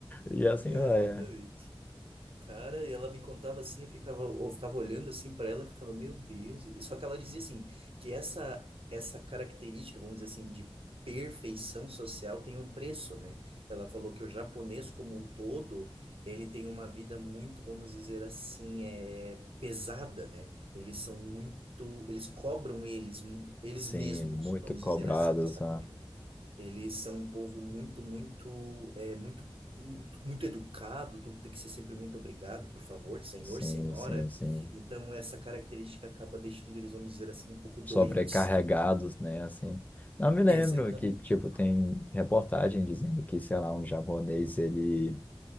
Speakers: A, on the left; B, on the right.
A: E assim, é.
B: Exatamente. Cara, e ela me contava assim, eu ficava, eu ficava olhando assim para ela, eu ficava, meu Deus. Só que ela dizia assim, que essa, essa característica, vamos dizer assim, de perfeição social tem um preço, né? Ela falou que o japonês como um todo, ele tem uma vida muito, vamos dizer assim, é, pesada, né? Eles são muito, eles cobram eles, eles
A: Sim,
B: mesmos,
A: muito
B: vamos
A: cobrados.
B: dizer assim, sabe? Eles são um povo muito, muito, é, muito, muito educado, tudo tem que ser sempre muito obrigado, por favor, senhor,
A: Sim,
B: senhora.
A: sim, sim.
B: Então, essa característica acaba deixando eles, vamos dizer assim, um pouco doentes.
A: Sobrecarregados, né? Assim. Não me lembro
B: Exatamente.
A: que, tipo, tem reportagem dizendo que, sei lá, um japonês, ele.